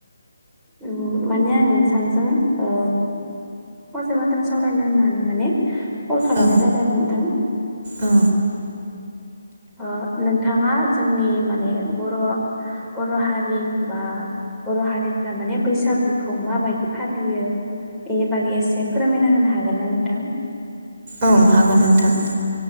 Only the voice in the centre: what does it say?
उम माने आं नोंसांजों ओ फंसे बाथ्रा सावरायनो होननानै माने कल खालामनाय
जादों आरो नोंथां।
ओ नोंथाङा जोंनि माने बर' बर' हारि बा बर' हारि माने बैसागुखौ माबायदि फालियो। एनि बागै एसे फोरमायना होनो हागोन ना नोंथां?